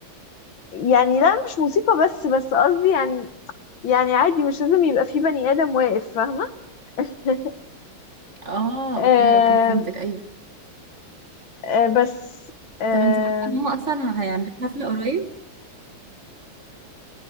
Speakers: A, on the left (about 70°); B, on the right (about 40°).
A: يعني لا مش موسيقى بس بس قصدي يعني يعني عادي مش لازم يبقى في بني آدم واقف فاهمة <laughs>
B: اه
A: آم،
B: اوكي اوكي فهمتك ايوه
A: آه، بس آم،
B: طب انت عارفة ان هم اصلا هيعملوا حفلة قريب